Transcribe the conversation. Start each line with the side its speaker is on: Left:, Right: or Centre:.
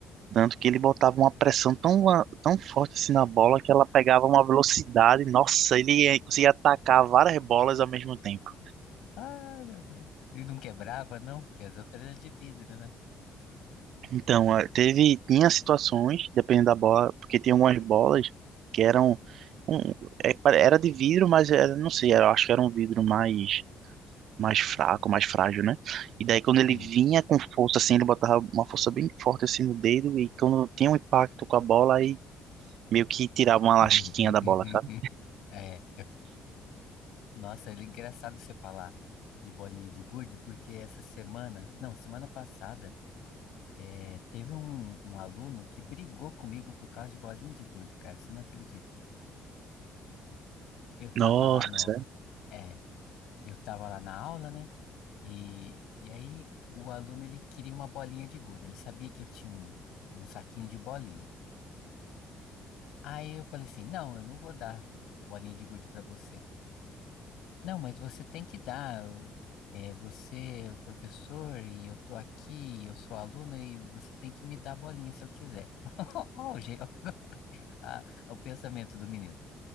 Right: Tanto que ele botava uma pressão tão, tão forte assim na bola que ela pegava uma velocidade. Nossa, ele eh, conseguia atacar várias bolas ao mesmo tempo.
Left: Ai, meu Deus. E não quebrava, não? Porque as outras eram de vidro, né?
Right: Então, eh, teve, tinha situações, dependendo da bola, porque tinha algumas bolas que eram, um, é, pare- era de vidro, mas era, não sei, era, acho que era um vidro mais, mais fraco, mais frágil, né? E daí quando ele
Left: Hum.
Right: vinha com força assim, ele botava uma força bem forte assim no dedo e quando tinha um impacto com a bola, aí meio que tirava
Left: <laughs>
Right: uma lasquinha da bola, sabe?
Left: É. Nossa, é engraçado você falar de bolinha de gude, porque essa semana, não, semana passada, é, teve um, um aluno que brigou comigo por causa de bolinha de gude, cara, você não acredita. Eu tava
Right: Nossa,
Left: lá no, é, eu tava lá na aula, né? E, e aí o aluno, ele queria uma bolinha de gude, ele sabia que eu tinha um, um saquinho de bolinha. Aí eu falei assim, não, eu não vou dar bolinha de gude pra você. Não, mas você tem que dar. eu- É, você é o professor e eu tô aqui, eu sou aluno e você tem que me dar bolinha se eu quiser. <laughs> Ó, o, je- ó, a- o pensamento do menino.